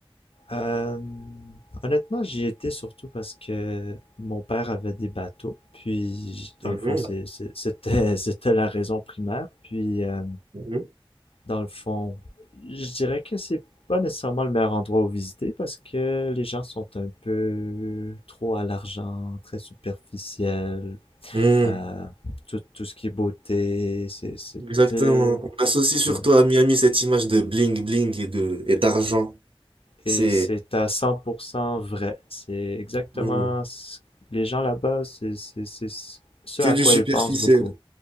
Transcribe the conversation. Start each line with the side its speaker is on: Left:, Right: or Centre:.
Left: Euh, honnêtement, j'y étais surtout parce que mon père avait des bateaux. Puis, dans
Right: Mhm,
Left: le fond, c'est- c'est- c'était, <laughs> c'était la raison primaire. Puis, euh,
Right: mhm.
Left: dans le fond, je dirais que c'est pas nécessairement le meilleur endroit où visiter parce que les gens sont un peu trop à l'argent, très superficiels,
Right: Mm,
Left: euh, tout, tout ce qui est beauté, c'est, c'est,
Right: Exactement.
Left: euh,
Right: On associe surtout
Left: ouais.
Right: à Miami cette image de bling bling et de et d'argent. C'est
Left: Et c'est à 100% vrai. C'est exactement
Right: mhm,
Left: ce- les gens là-bas, c'est, c'est, c'est ce
Right: que
Left: à
Right: du
Left: quoi
Right: superficiel.
Left: ils pensent beaucoup.